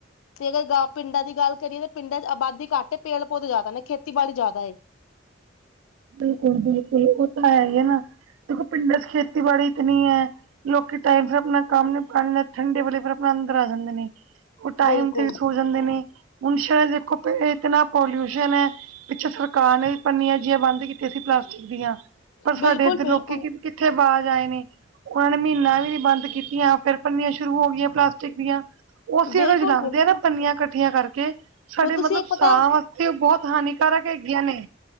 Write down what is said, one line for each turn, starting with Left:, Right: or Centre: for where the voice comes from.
Left: ਤੇ ਅਗਰ ਪਿੰਡਾਂ ਦੀ ਗੱਲ ਕਰੀਏ ਤਾਂ ਪਿੰਡਾਂ 'ਚ ਆਬਾਦੀ ਘੱਟ, ਪੇੜ ਪੌਦੇ ਜ਼ਿਆਦਾ ਨੇ, ਖੇਤੀਬਾੜੀ ਜ਼ਿਆਦਾ ਏ।
Right: ਬਿਲਕੁਲ-ਬਿਲਕੁਲ, ਉਹ ਤਾਂ ਹੈ ਹੀ ਨਾ ਦੇਖੋ ਪਿੰਡਾਂ 'ਚ ਖੇਤੀਬਾੜੀ ਇਤਨੀ ਹੈ। ਲੋਕੀ ਟਾਈਮ ਸਿਰ ਆਪਣਾ ਕੰਮ ਨਿਪਟਾ ਲੈਂਦੇ, ਠੰਡੇ ਵੇਲੇ ਫਿਰ ਆਪਣਾ ਅੰਦਰ ਆ ਜਾਂਦੇ ਨੇ। ਉਹ ਟਾਈਮ
Left: ਬਿਲਕੁਲ
Right: ਤੇ ਵੀ ਸੋ ਜਾਂਦੇ ਨੇ ਹੁਣ ਸ਼ਹਿਰਾਂ ਦੇਖੋ ਇਤਨਾ ਪੋਲਿਊਸ਼ਨ ਹੈ। ਪਿੱਛੇ ਸਰਕਾਰ ਨੇ ਪੰਨੀਆਂ ਜਿਹੀਆਂ ਬੰਦ ਕੀਤੀਆਂ ਸੀ। ਪਲਾਸਟਿਕ ਦੀਆਂ ਪਰ ਸਾਡੇ
Left: ਬਿਲਕੁਲ
Right: ਇੱਧਰ
Left: ਬਿਲਕੁਲ
Right: ਲੋਕੀ ਕੀ। ਕਿੱਥੇ ਬਾਜ਼ ਆਏ ਨੇ ਉਹਨਾਂ ਨੇ ਮਹੀਨਾ ਵੀ ਨੀ ਬੰਦ ਕੀਤੀਆਂ ਫੇਰ ਪੰਨੀਆਂ ਸ਼ੁਰੂ ਹੋ ਗਈਆਂ। ਪਲਾਸਟਿਕ ਦੀਆਂ ਉਹ ਅਸੀਂ
Left: ਬਿਲਕੁਲ
Right: ਅਗਰ ਜਲਾਉਂਦੇ
Left: ਬਿਲਕੁਲ
Right: ਹਾਂ ਨਾ ਪੰਨੀਆਂ ਇਕੱਠੀਆਂ ਕਰਕੇ। ਸਾਡੇ
Left: ਹੁਣ ਤੁਸੀਂ
Right: ਮਤਲਬ
Left: ਇੱਕ ਪਤਾ
Right: ਸਾਹ ਵਾਸਤੇ ਉਹ ਬਹੁਤ ਹਾਨੀਕਾਰਕ ਹੈਗੀਆਂ ਨੇ।